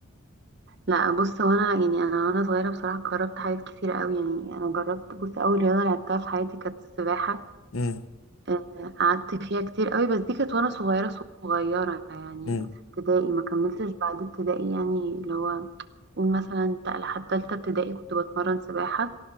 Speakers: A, on the right; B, on the left.
A: لا بص هو انا يعني انا وانا صغيرة بصراحة جربت حاجات كتير قوي يعني انا جربت بص اول رياضة لعبتها في حياتي كانت السباحة
B: <laughs> امم
A: آه، قعدت فيها كتير قوي بس دي كانت وانا صغيرة صغيرة يعني
B: امم
A: في ابتدائي ما كملتش بعد ابتدائي يعني اللي هو قول مثلا لحد تالتة ابتدائي كنت بتمرن سباحة